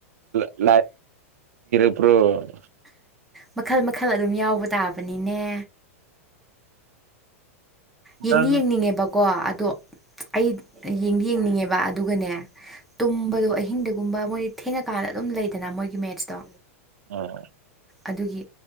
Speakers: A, on the right (about 85°); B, in the centre.
A: ꯂꯔ ꯄꯨ꯭ꯔꯣ
B: ꯃꯈꯜ ꯃꯈꯜ ꯑꯗꯨꯝ ꯌꯥꯎꯕ ꯇꯥꯕꯅꯤꯅꯦ ꯌꯦꯡꯗꯤ
A: ꯅꯪ
B: ꯌꯦꯡꯅꯤꯡꯉꯦꯕꯀꯣ ꯑꯗꯣ ꯑꯩ ꯌꯦꯡꯗꯤ ꯌꯦꯡꯅꯤꯡꯉꯦꯕ ꯑꯗꯨꯒꯅꯦ ꯇꯨꯝꯕꯗꯣ ꯑꯍꯤꯡꯗꯨꯒꯨꯝꯕ ꯃꯣꯏ ꯊꯦꯡꯉꯀꯥꯟꯗ ꯑꯗꯨꯝ ꯂꯩꯗꯅ ꯃꯣꯏꯒꯤ ꯃꯦꯠꯁꯇꯣ
A: ꯑꯣ
B: ꯑꯗꯨꯒꯤ